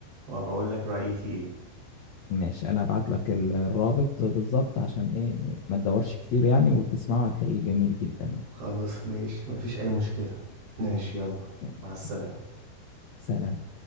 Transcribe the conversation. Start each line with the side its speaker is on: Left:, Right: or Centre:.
Right: وبقول لك رأيي فيه ايه
Left: ماشي انا ابعت لك ال- الرابط بالظبط عشان ايه ما تدورش كتير يعني وتسمعه هتلاقيه جميل جدا يعني
Right: خلاص ماشي مفيش اي مشكلة ماشي يلا
Left: تمام.
Right: مع السلامة
Left: سلام